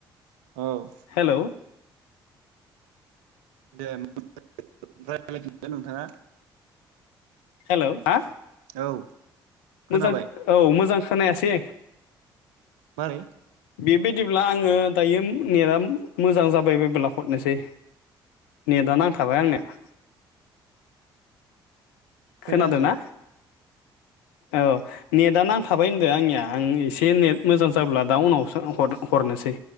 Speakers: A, on the right (about 70°); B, on the left (about 70°).
A: औ
B: हेल'
A: दे राय <unintelligible> फिनदो नोंथाङा
B: हेल हा
A: औ खोनाबाय
B: मोजां औ मोजां खोनायासै।
A: मारै?
B: बेबायदिब्ला आङो दायो नेटआ मोजां जाबाय बायोब्ला हरनोसै नेटआ नांथाबाय आंनिया।
A: खोनायासै
B: खोनादोंना? औ नेटआनो नांथाबाय होनदों आंनिया आं एसे नेट मोजां जाब्ला दा उनावसो हरनोसै।